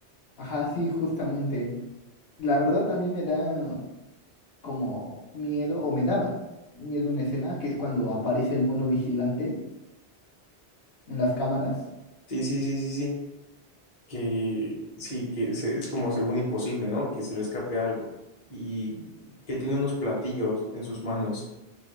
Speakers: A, on the left; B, on the left.
A: Ajá, sí, justamente. La verdad a mí me da como miedo, o me daba miedo una escena, que es cuando aparece el mono vigilante en las cámaras.
B: Sí, sí, sí, sí, sí. que sí, que se- es como según imposible, ¿no? Que se le escape algo y que tiene unos platillos en sus manos.